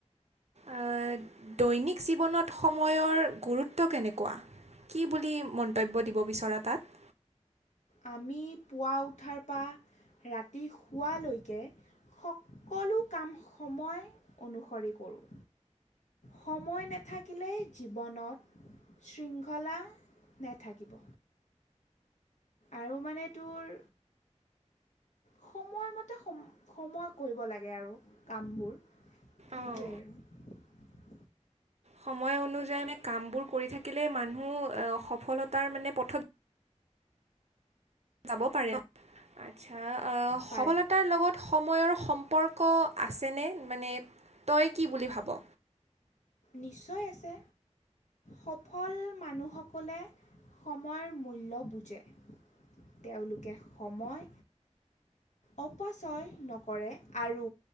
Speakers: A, on the right; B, on the left.
A: আহ, দৈনিক জীৱনত সময়ৰ গুৰুত্ব কেনেকোৱা? কি বুলি মন্তব্য দিব বিচৰা তাত?
B: আমি পুৱা উঠাৰ পা ৰাতি শুৱালৈকে সকলো কাম সময় অনুসৰি কৰোঁ, সময় নেথাকিলেই জীৱনত শৃংখলা নেথাকিব। আৰু মানে তোৰ সময়মতে সম সময় কৰিব লাগে আৰু কামবোৰ সেইটোৱেই
A: অঁ
B: আৰু।
A: সময় অনুযায়ী কামবোৰ কৰি থাকিলে মানুহ সফলতাৰ মানে পথত যাব পাৰে। আচ্ছা, আহ সফলতাৰ
B: পাৰে
A: লগত সময়ৰ সম সম্পৰ্ক আছেনে? মানে তই কি বুলি ভাব?
B: নিশ্চয় আছে, সফল মানুহসকলে সময়ৰ মূল্য বুজে। তেওঁলোকে সময় অপচয় নকৰে আৰু